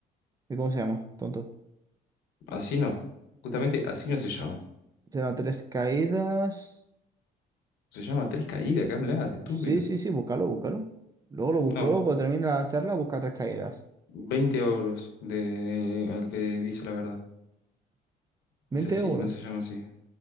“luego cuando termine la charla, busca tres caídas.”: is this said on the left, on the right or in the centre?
Right